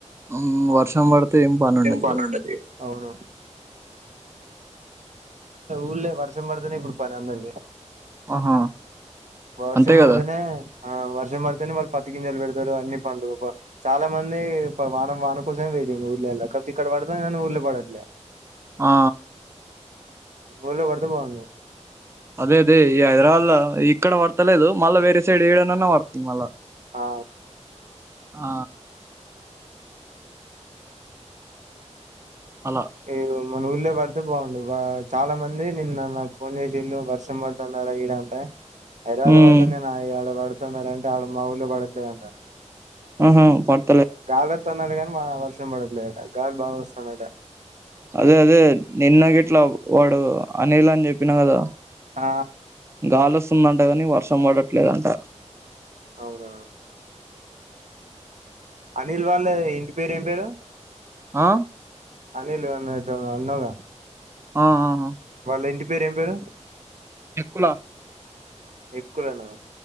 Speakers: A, on the right; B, on the right.
A: హ్ వర్షం పడుతే ఏం పనుండది.
B: పని
A: ఇగ
B: ఉండదు అవును ఉల్లె వర్షం పడుతనే పనీ అందరికి
A: ఆహా
B: వర్షం
A: అంతే
B: పడుతనే
A: కదా
B: ఆ వర్షం పడితేనే వాళ్ళు పతికింజలు పెడతారు. అన్ని పనులు చాలా మంది వానం వాన కోసం వే టింగ్ ఉళ్లే అక్కడ ఇక్కడ పడుతంది. కానీ ఉళ్లే పడట్లే
A: ఆ
B: ఉల్లే పడితే బాగుండును.
A: అదే అదే ఈ హైదరాబాద్ ల ఇక్కడ పడతలేదు. మళ్ళా వేరే సైడ్ ఏడనన్నా పడుతుంది. మళ్ళా
B: ఆ
A: ఆ అలా
B: ఇదిగో మన ఊళ్ళే పడితే బాగుండు. చాలా మంది నిన్న నాకు ఫోన్ చేసిళ్ళు వర్షం పడుతందర ఈడ అంటె హైదరాబాద్
A: ఉమ్
B: ల పడుతంది గాని ఆ ఇగ ఆడ పడుతుంది ఆర అంటే ఆడ మా ఊళ్ళ పడట్లేదంట
A: ఆహ పడ్
B: గాలి ఒత్తందట గాని మా వర్షం పడట్లేదట గడుపు బాగా వస్తందట
A: అదే అదే నిన్న గిట్లా వాడు అనీలు అని చెప్పినా కదా
B: ఆ
A: గాలి వస్తుందంట కానీ వర్షం పడట్లేదంట
B: అవునా అనిల్ వాళ్ళ ఇంటి పేరు ఏం పేరు
A: ఆ
B: అనిల్ అన్నోటోనీ అన్నావుగా
A: ఆ ఆ
B: వాళ్ళ ఇంటి పేరు ఏం పేరు
A: టెక్కూల
B: ఎక్కులన